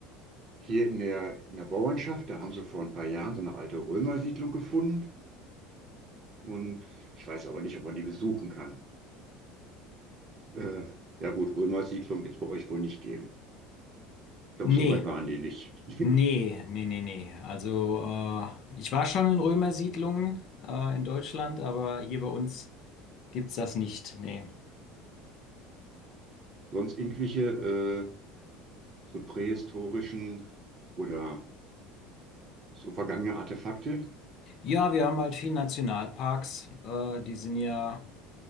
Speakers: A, on the right; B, on the left.
A: hier in der, in der Bauernschaft, da haben sie vor ein paar Jahren so eine alte Römersiedlung gefunden und ich weiß aber nicht, ob man die besuchen kann. Äh, ja gut, Römersiedlung wird es bei euch wohl nicht geben. Ich glaube,
B: Nee,
A: so weit waren die nicht.
B: nee, nee, nee, nee. Also äh, ich war schon in Römersiedlungen äh, in Deutschland, aber hier bei uns gibt's das nicht. Nee.
A: <laughs> Sonst irgendwelche äh, so prähistorischen oder So vergangene Artefakte?
B: Ja, wir haben halt viele Nationalparks. Äh, die sind ja